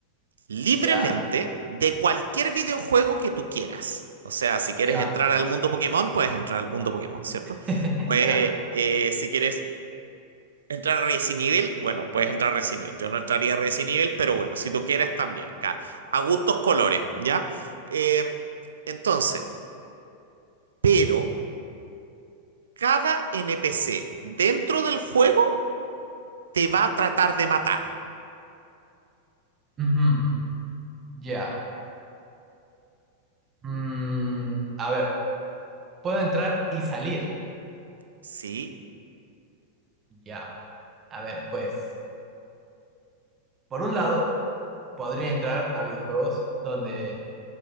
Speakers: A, on the right; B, on the right.
A: libremente
B: Ya,
A: de cualquier videojuego que tú quieras. O sea, si quieres
B: ya,
A: entrar al mundo Pokémon, puedes entrar al mundo Pokémon, ¿cierto?
B: <laughs>
A: Pues
B: ya.
A: eh, si quieres entrar a Resident Evil, bueno, puedes entrar a Resident Evil. Yo no entraría a Resident Evil, pero bueno, si tú quieres también. ca- A gustos colores, ¿ya? Eh, entonces, pero cada NPC dentro del juego te va a tratar de matar.
B: ujú, ya. Mm, a ver, ¿puedo entrar y salir?
A: ¿Sí?
B: Ya. A ver, pues, por un lado, podría entrar a videojuegos donde